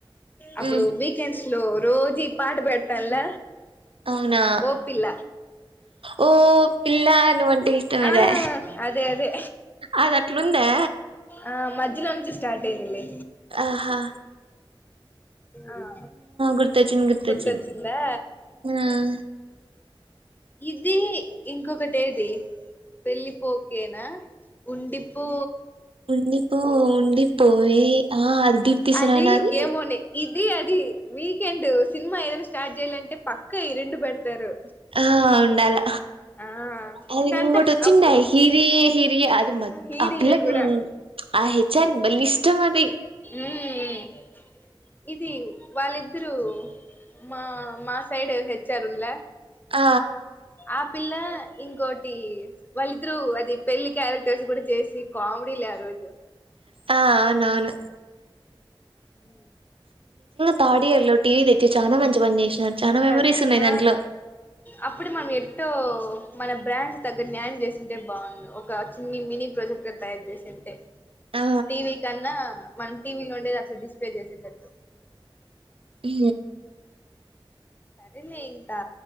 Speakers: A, on the left; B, on the right.
A: అప్పుడు
B: ఉమ్
A: వీకెండ్స్ హలో రోజీ పాట పెట్టంల
B: అవునా
A: ఓ పిల్ల
B: ఓ పిల్ల నువ్వంటే ఇష్టమేదా
A: ఆ అదే అదే
B: అది అట్లుందా
A: ఆ మజ్జలో అించ స్టార్ట్ అయ్యిందిమ్మీ
B: ఆహా
A: ఆ ఆ
B: గుర్తొచ్చింది గుర్తొచ్చింది
A: గుర్తొచ్చిందా
B: ఆ
A: ఇది ఇంకొకటేది వెళ్లిపోకేనా ఉండిపో
B: ఉండిపో ఉండిపోయే ఆ అది సురేనాది
A: అది ఏమోని ఇది ది అది వీకెండ్ సినిమా ఏదైనా స్టార్ట్ చేయాలంటే పక్కా ఈ రెండూ పెడతారు
B: హా ఉండాల
A: ఆ
B: అది
A: ఇంకంతే
B: ఇంగోటొచ్చిండే
A: అప్పుడు
B: హిరియే హిరియే అది మద్
A: హీరియే
B: అ పిల్లకి
A: కూడా
B: <unintelligible> బల్ ఇష్టం అది
A: ఊ ఊ ఇది వాళ్ళిద్దురూ మా మా సైడే హె చారుండ్లా
B: ఆ
A: ఆ పిల్ల ఇంకోటి వాళ్ళిద్దరూ అది పెళ్లి క్యారెక్టర్స్ కూడా చేసి కామెడీ లే ఆ రోజు
B: ఆ అవును అవును
A: ఊ
B: థార్డ్ ఇయర్ లో టీవీ తెచ్చి చాలా మంచి పని చేసినారు చాలా మెమరీస్
A: కాదు
B: ఉన్నాయి
A: ఆ
B: దాంట్లో
A: అప్పుడు మమ్ ఎ మన బ్రాండ్స్ తగ్గ న్యాయం చేసింటే బాగుంది ఒక చిన్ని మినీ ప్రాజెక్ట్ తయారు చేసింటే
B: ఆ
A: టీవ కన్నా మ టీవీలో ఉండేది అట్లు డిస్ప్లే చేసేటట్టు
B: హ
A: సరే న ఇంకా